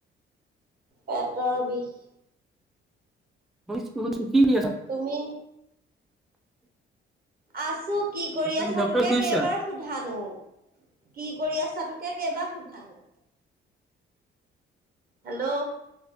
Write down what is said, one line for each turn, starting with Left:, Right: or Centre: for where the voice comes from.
Right: পেটৰ বিষ।
Centre: শুনিছোঁ শুনিছোঁ, কি হৈ আছে?
Right: তুমি? আছোঁ, কি কৰি
Centre: তুমি
Right: আছা
Centre: ডক্টৰ
Right: টোকে
Centre: শুনিছা?
Right: কেইবাৰ সোধানো, কি কৰি আছা টোকে কেইবাৰ সোধানো। হেল্ল'।